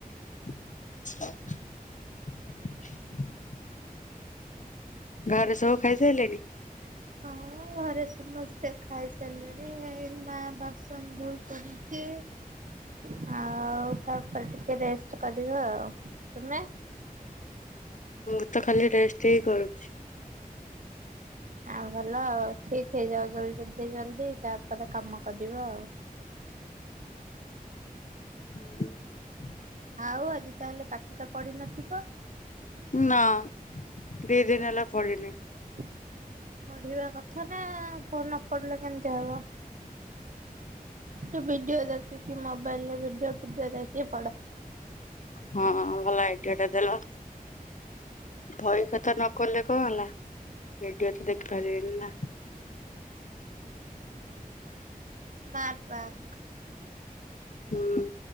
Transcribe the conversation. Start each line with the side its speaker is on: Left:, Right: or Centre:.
Left: <unintelligible> ଘରେ ସବୁ ଖାଇସାରିଲେଣିି?
Right: ହଁ ଘରେ ସମସ୍ତେ ଖାଇସାରିଲେଣି ଏଇ ମା ବାସନ ଧୋଉଛନ୍ତି। <inaudible> ଆଉ ତାପରେ ଟିକେ ରେଷ୍ଟ କରିବା ଆଉ ତୁମେ?
Left: ମୁଁ ତ ଖାଲି ରେଷ୍ଟ ହେଇଁ କରୁଛି।
Right: ଆଁ ଭଲ ଆଉ ଠିକ ହେଇଯାଉ ଜଲଦି ଯଦ ଜଲଦି ତାପ କତେ କାମ କରିଦବ ଆଉ।
Left: <inaudible>
Right: ଆଉ ଆଜି ତାହେଲେ ପାଠ ତ ପଢିନଥିବ?
Left: ନା ଦି ଦିନ ହେଲା ପଡିନି।
Right: ପଢିବା କଥା ନା ପଢିଲେ କେମିତ ହବ? ତ ଭିଡିଓ ଦେଖି କି ମୋବାଇଲରେ ଭିଡିଓ ଭିଡିଓ ଦେଖି ପଡ।
Left: ହଁ ଭଲ ଆଇଡିଆ ଟା ଦେଲ ବହି ଖାତା ନ ଖୋଲିଲେ କଣ ହେଲା ଭିଡିଓ ତ ଦେଖିପାରିବେନି ନା?
Right: Smart bank.
Left: ହୁଁ